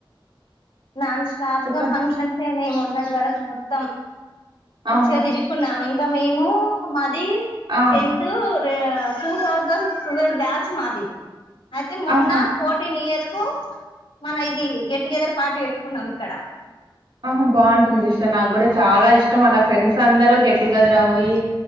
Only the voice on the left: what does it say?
నాన్ స్టాప్
గా ఫంక్షన్స్ అయినాయి మొన్నటి వరకు మొత్తం పిచ్చే
తిరిగి కున్నాం ఇంకా మేము మాది
టెన్త్ టూ రే టూ థౌసండ్ ట్వెల్వ్ బ్యాచ్ మాది అయితే మొన్న
ఫోర్ ఫిఫ్టీన్ ఇయర్ కు మన ఇది గెట్ టుగెదర్ పార్టీ పెట్టుకున్నాం ఇక్కడ
ఆ